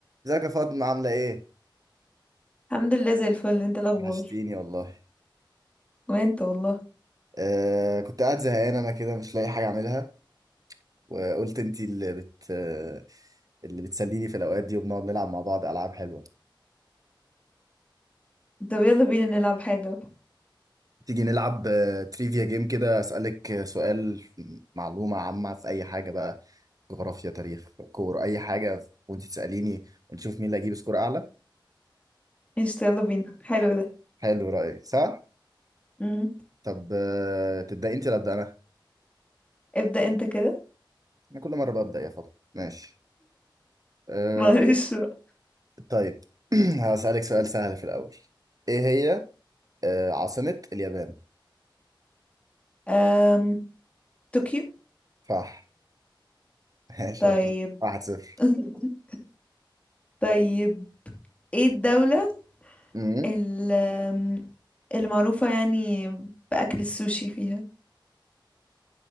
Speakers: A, on the right; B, on the left.
A: ازيك يا فاطمة عاملة ايه؟
B: الحمد لله زي الفل انت الاخبار
A: وحشتيني والله
B: وانت والله
A: آه كنت قاعد زهقان انا كده مش لاقي حاجة اعملها وقلت انتي اللي بت آه، اللي بتسليني في الاوقات دي وبنقعد نلعب مع بعض العاب حلوة
B: طب يلا بينا نلعب حاجة
A: تيجي نلعب آه، تريفيا جيم كده اسألك آه، سؤال معلومة عامة في اي حاجة بقى جغرافيا تاريخ كورة اي حاجة وانتي تسأليني ونشوف مين اللي هيجيب سكور اعلى
B: قشطة يلا بينا حلو ده
A: حلو رأيي صح؟
B: امم
A: طب آه، تبدأي انتي ولا ابدأ انا؟
B: ابدأ انت كده
A: انا كل مرة ببدأ يا فاطمة ماشي آه،
B: <laughs> معلش بقى.
A: طيب <clears throat> هسألك سؤال سهل في الأول إيه هي آه، عاصمة اليابان؟
B: أم... طوكيو
A: صح <laughs> ماشي
B: طيب
A: يلا. واحد صفر
B: <laughs> طيب ايه الدولة
A: أمم.
B: ال- أم، اللي معروفة يعني بأكل السوشي فيها